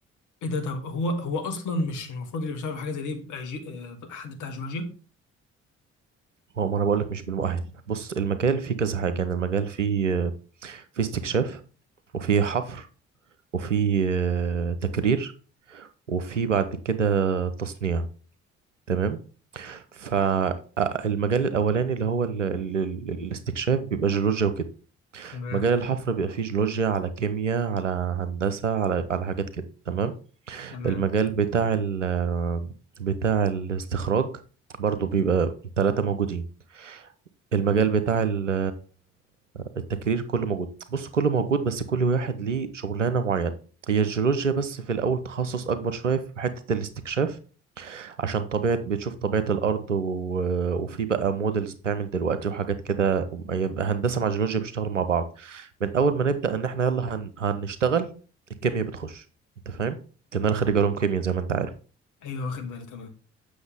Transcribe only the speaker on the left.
ايه ده طب هو هو اصلا مش المفروض اللي بيشتغل في حاجه زي دي يبقى جي... آه، حد بتاع جيولوجيا
تمام
تمام
ايوه واخد بالي تمام